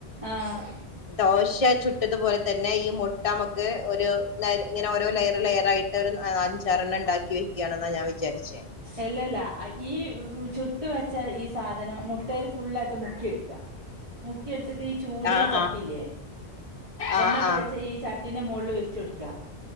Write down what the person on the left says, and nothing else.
ദോശ ചുട്ടതുപോലെ തന്നെ ഈ മുട്ട നമുക്ക് ഒരു ഇങ്ങനെ ഓരോ ലെയർ ലെയർ ആയിട്ട് അഞ്ചെറണ്ണം ഉണ്ടാക്ക വെക്കയാണെന്ന ഞാൻ വിചാരിച്ചേ
ആഹ്
ആഹ്
ആഹ്
ആഹ്